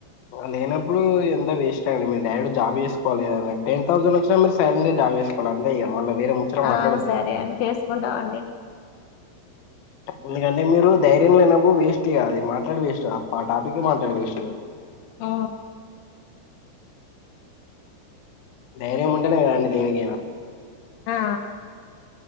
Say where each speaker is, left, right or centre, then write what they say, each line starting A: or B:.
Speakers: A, on the left; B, on the left.
A: లేనప్పుడు ఇదంతా వేస్టండి మీరు డైరెక్టు జాబ్ చేసుకోవాలే ఏదన్న టెన్ థౌసండ్ తె మీరు సైలెంట్గా జాబ్ జేసుకోలంతే ఇగ వేరే ముచ్చట
B: ఆ
A: మాట్లాడొద్దు
B: సరే
A: ఇగ
B: అండి చేసుకుంటావండి
A: ఎందుకంటే మీరూ ధైర్యం లేనప్పుడు వేస్టిగా అది మాట్లాడి వేస్ట్ ఆ టాపికే మాట్లాడి వేస్ట్
B: ఆ
A: ధైర్యం ఉంటనే గదండి దేనికైనా
B: ఆ